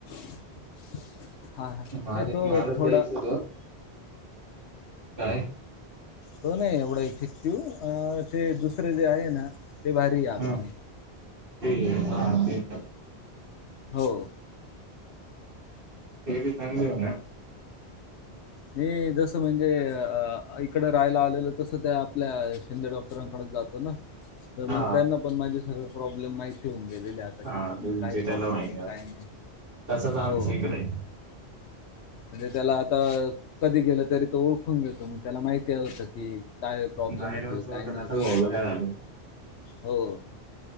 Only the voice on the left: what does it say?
<unintelligible> हा ह
नाही तो
थोडा
तो नाही एवढा इफेक्टिव अ तेे दुसरे जे आहे ना ते भारी आहे आपने.
हो.
मी जसं म्हणजे, अ इकड राहायला आलेलं, तसं त्या आपल्या शिंदे डॉक्टरांकडे जात ना तर
मग त्यांना पण माझे सगळे प्रॉब्लेम माहिती होऊन गेलेले आहेत.
काही प्रॉब्लेम
आहे
काय नाही?
हो
म्हणजे त्याला, आता कधी गेलं तरी तो ओळखून घेेतो. त मग त्याला माहिती आलं होतं की काय प्रॉब्लेम
होतोय,
काय न होत
हो